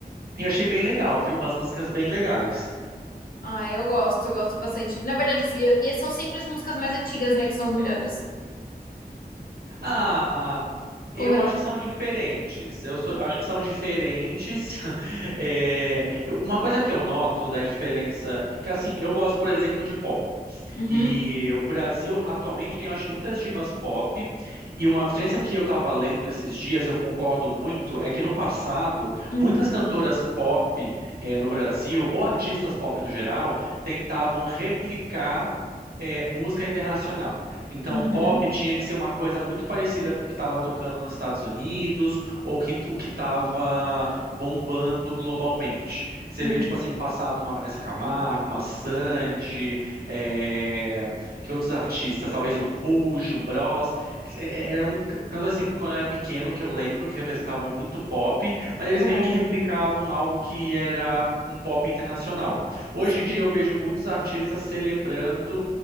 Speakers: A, on the right; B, on the left.
A: E achei bem legal, viu? Umas músicas bem legais.
B: Ah, eu gosto, eu gosto bastante. Na verdade, assim, eu- e são sempre as músicas mais antigas, né, que são as melhores.
A: Ah, Eu
B: Ou não?
A: acho que são diferentes. Eu, sou- eu acho que são diferentes. <laughs> É, eu- uma coisa que eu noto da diferença é que, assim, eu gosto, por exemplo, de pop.
B: Uhum.
A: E o Brasil atualmente tem, eu acho, muitas divas pop. E uma diferença que eu estava lendo esses dias, e eu concordo muito, é que no passado,
B: Hum.
A: muitas cantoras pop eh, no Brasil, ou artistas pop no geral, tentavam replicar. eh, música internacional. Então,
B: Uhum.
A: o pop tinha que ser uma coisa muito parecida com o que estava tocando nos Estados Unidos ou que, o que estava bombando globalmente. Você
B: Uhum.
A: vê, tipo assim, no passado, uma Vanessa Camargo, uma Sandy, é, que outros artistas, talvez um Rouge, um Bros, É, é, eram cantos assim que quando eu era pequeno que eu lembro que representavam muito pop, mas eles
B: Aham.
A: meio que replicavam algo que era um pop internacional. Hoje
B: Sim.
A: em dia eu vejo muitos artistas celebrando